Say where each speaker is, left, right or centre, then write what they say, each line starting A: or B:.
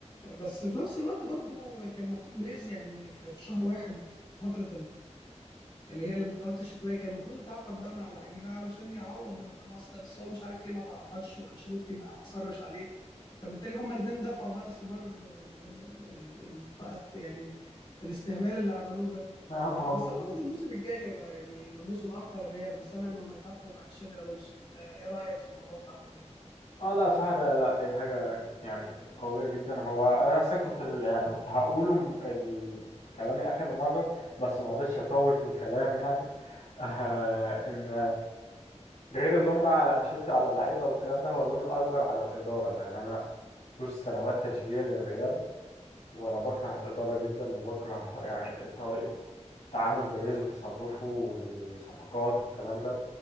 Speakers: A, on the left; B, on the left.
A: بس في نفس الوقت برضو كان المفروض بريز يعني في في شهر واحد في فتره اللي هي الانتقالات الشتويه كان المفروض يتعاقد بقى مع لعيبه علشان يعوض النقص ده بس هو مش عارف ليه ما تعاقدش وانشيلوتي ما اصرش عليه فبالتالي هما الاثنين دفعوا بقى ثمار آه، ال- ال- يعني الاستهبال اللي عملوه ده
B: اه ما
A: بس
B: هو بالظبط
A: اعتقد الموسم الجاي هيبقى يعني موسم اقوى للريال انا سامع انهم هيتعاقدوا مع تشافي الونسو انت ايه رايك في موضوع التعاقد
B: اه لا صح ده لا دي حاجة يعني قوية جدا هو انا اصلا كنت ال- يعني كنت هقوله م- ال... في كلامي اخر مرة بس ما رضيتش اطول في الكلام يعني <laughs> آه ان غير اللوم بقى على انشيلوتي وعلى اللعيبه والكلام ده هو اللوم الاكبر على الاداره يعني انا طول سنوات تشجيعي للريال وانا بكره الاداره جدا وبكره يعني طريقه تعامل بيريز وتصرفه والصفقات والكلام ده